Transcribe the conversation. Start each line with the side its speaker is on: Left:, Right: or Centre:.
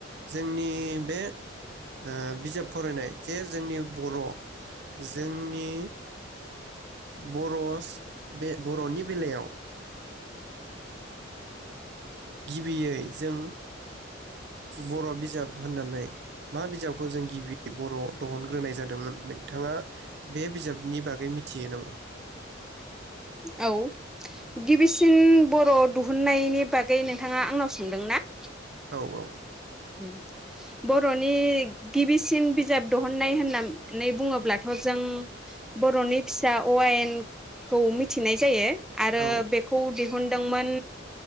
Right: जोंनि बे ओ बिजाब फरायनाय जे जोंनि बर' जोंनि बरस बे बर'नि बेलायाव ओ गिबियै जों बर' बिजाब होननानै मा बिजाबखौ जों गिबियै बर' दिहुनग्रोनाय जादोंमोन नोंथाङा बे बिजाबनि बागै मिथियो नामा?
Centre: औ गिबिसिन बर' दिहुननायनि बागै नोंथाङा आंनाव सोंदों ना?
Right: औ औ
Centre: उम बर'नि गिबिसिन बिजाब दिहुननाय होननानै बुङोब्लाथ' जों बर'नि फिसा अवायेन खौ मिथिनाय जायो। आरो
Right: औ
Centre: बेखौ दि हुनदोंमोन